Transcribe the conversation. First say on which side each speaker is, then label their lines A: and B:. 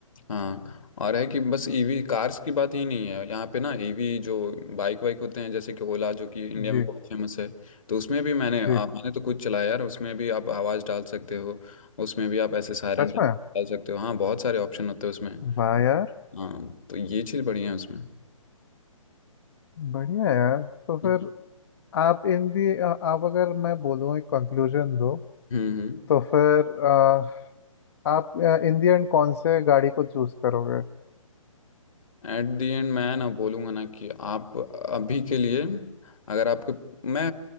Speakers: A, on the left; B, on the left.
A: हाँ और है कि बस ईवी कार्स की बात ही नहीं है यहाँ पे ना ईवी जो बाइक वाइक होते हैं जैसे कि ओला जो कि इंडिया
B: जी
A: में बहुत फेमस है तो उसमें भी मैंने आ,
B: जी
A: मैंने तो खुद चलाया यार उसमें भी आप आवाज़ डाल सकते हो उसमें भी आप ऐसे सायरन
B: सच
A: डाल
B: में
A: सकते हो हाँ बहुत सारे ऑप्शन होते हैं उसमें
B: वाह यार
A: हाँ तो ये चीज़ बढ़िया है उसमें
B: बढ़िया यार तो
A: हम्म
B: फिर आप इन दी आप अगर मैं बोलूँ एक कंक्लूजन दो
A: हम्म हम्म।
B: तो फिर अ, आप इन दी एंड कौन से गाड़ी को चूज करोगे
A: एट दी एंड मैं ना बोलूँगा ना कि आप अभी के लिए अगर आपको मैं